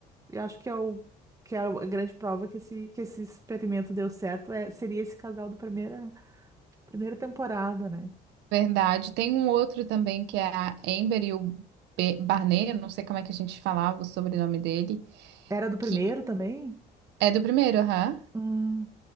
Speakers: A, on the right; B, on the right.
A: e acho que é o que é a grande prova que esse, que esse experimento deu certo é, seria esse casal do primeiro Primeira temporada, né?
B: verdade. Tem um outro também que é a Amber e o Be- Barney, eu não sei como é que a gente falava o sobrenome dele,
A: Era do primeiro
B: que
A: também?
B: é do primeiro, aham.
A: Hum.